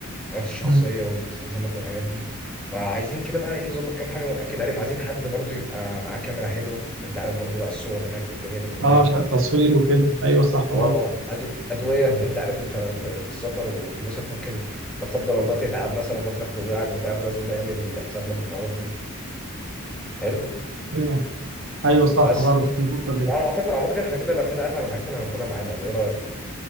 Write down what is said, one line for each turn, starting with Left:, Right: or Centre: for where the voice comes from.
Centre: الحاجات الشخصيه
Right: مم.
Centre: والمستلزمات والحاجات دي فعايزين كده بقى ايه نظبط كام حاجه ونأكد عليهم وعايزين حد برضو يبقى معاه كاميرا حلوه عشان انت عارف برضو بقى الصور هناك والدنيا دي كلها
Right: اه عشان التصوير وكده ايوه صح
Centre: اه
Right: برضه
Centre: أدو- ادويه لان انت عارف انت في, في السفر وفي المصيف ممكن لا قدر الله تتعب مثلا بطنك توجعك بتاع فلازم نعمل حسابنا في الحوارات دي حلو
Right: ايوه ايوه صح
Centre: بس
Right: برضه في النقطه دي
Centre: فانا اعتقد اعتقد احنا كده لمينا اغلب الحاجات اللي هناخدها معانا ولا ايه رايك